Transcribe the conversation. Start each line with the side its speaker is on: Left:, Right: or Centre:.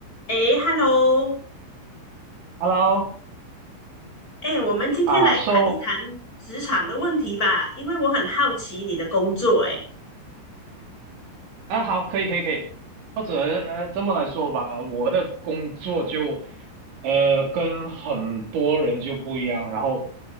Left: 诶 h e l l o
Right: Hello，
Left: 诶，我们今天来谈一谈职场的问题吧，
Right: 啊，so
Left: 因为我很好奇你的工作，诶，
Right: 啊，好，可以，可以，可以，或者呃，这么来说吧，呃我的工作就呃跟很多人就不一样，然后